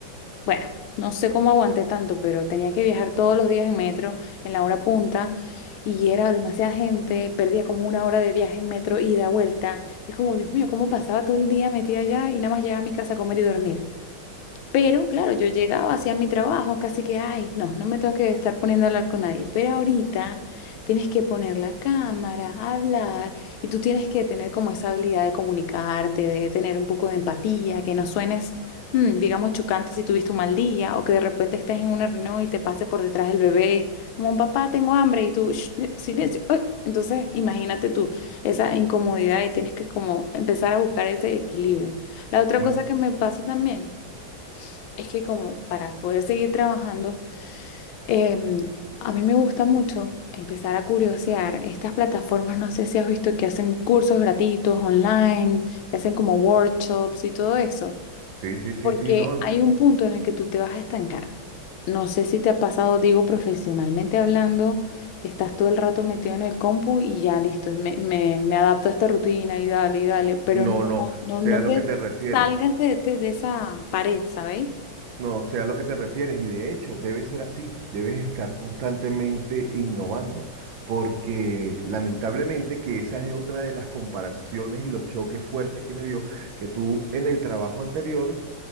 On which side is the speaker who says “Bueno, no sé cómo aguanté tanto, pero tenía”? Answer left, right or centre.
Left